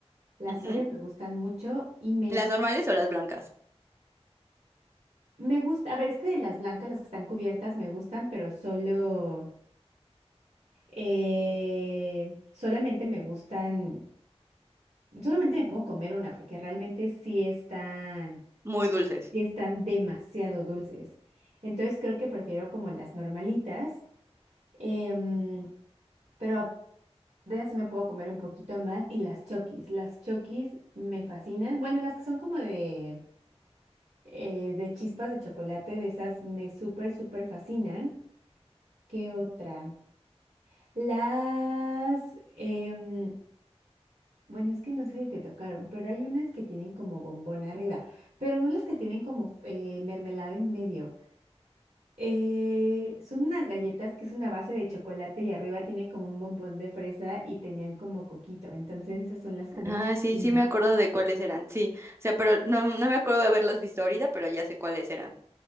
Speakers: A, on the right (about 75°); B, on the right (about 25°).
A: Las
B: Ujú.
A: Oreo me gustan mucho y me,
B: ¿Las
A: gu-
B: normales o las blancas?
A: me gusta, a ver, es que de las blancas, las que están cubiertas, me gustan, pero solo, eh, solamente me gustan Solamente me puedo comer una porque realmente sí están,
B: Muy dulces.
A: sí están demasiado dulces. Entonces creo que prefiero como las normalitas, em, pero a- de esas sí me puedo comer un poquito más y las chokis. Las chokis me fascinan. Bueno, las que son como de, eh, de chispas de chocolate, de esas me súper, súper fascinan. ¿Qué otra? Las... em, Bueno, es que no sé si te tocaron, pero hay unas que tienen como bombón arriba, pero no las que tienen como eh, mermelada en medio. Eh, son unas galletas que es una base de chocolate y arriba tiene como un bombón de fresa y tenían como coquito. Entonces esas son las que me
B: Ah,
A: fascinan.
B: sí, sí me acuerdo de cuáles eran, sí. O sea, pero no, no me acuerdo de haberlas visto ahorita, pero ya sé cuáles eran.